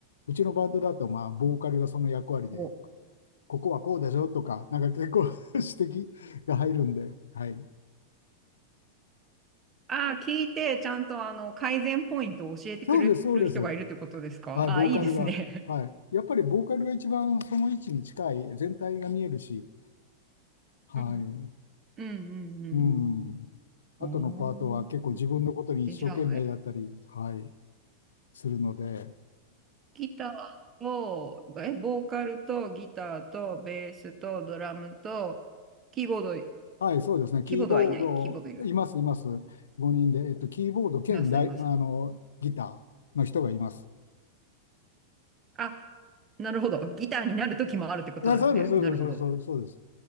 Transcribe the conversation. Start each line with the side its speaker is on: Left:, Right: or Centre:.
Left: うちのバンドだと、まあ、ボーカルがその役割で、
Right: お、
Left: ここはこうでしょとか、なんか結構 <laughs> 指摘が入るんで、はい。
Right: ああ、聞いて、ちゃんとあの、改善ポイントを教えてくれる人がいるということですかああ、
Left: そうです、そうです。はい、ボーカルが、
Right: いいですね。
Left: はい。やっぱりボーカルが一番その位置に近い、全体が見えるし、はい。
Right: うん。うんうんうん
Left: うん。あとのパートは結構自分のことに一生懸命だったり、
Right: うん。おー。え、じゃあ、え、
Left: はい、するので、
Right: ギターと、え、ボーカルとギターとベースとドラムと、キーボード、
Left: はい、そうですね。キーボー
Right: キーボードはいない。キーボードいる。
Left: ド、います、います。5人で、えっと、キーボード兼ダイ、
Right: います、います。
Left: あの、ギターの人がいます。
Right: あ、なるほど。ギターになる時もあるってことなんですね。
Left: あ、そうです、
Right: なるほど。
Left: そうです、そうです、そうです、